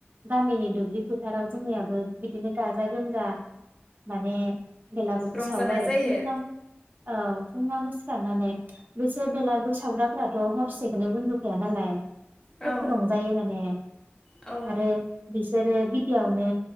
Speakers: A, on the right; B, on the left.
A: गामिनि दुब्लि फोथाराव जोंनियाबो बिदिनो गाजा गोमजा माने बेलागुरखौ
B: रंजानाय
A: सावो आरो
B: जायो
A: फुं आवनो औ फुं आवनो नानै बिसोर बेलागु बे सावग्राफोरा दं हरसेखौनो उन्दुखाया नालाय
B: औ
A: खोब रंजायो माने
B: औ
A: आरो बिस जेरै गिबियावनो